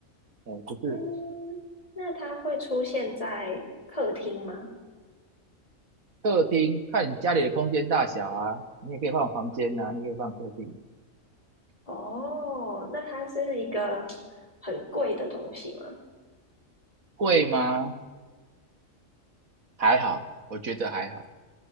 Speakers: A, on the right (about 85°); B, on the left (about 25°).
A: 哎，不是。
B: 嗯，那它会出现在客厅吗？
A: 客厅看你家里的空间大小啊，你也可以放房间啊，你也可以放客厅。
B: 哦，那它是一个很贵的东西吗？
A: 贵吗？还好，我觉得还好，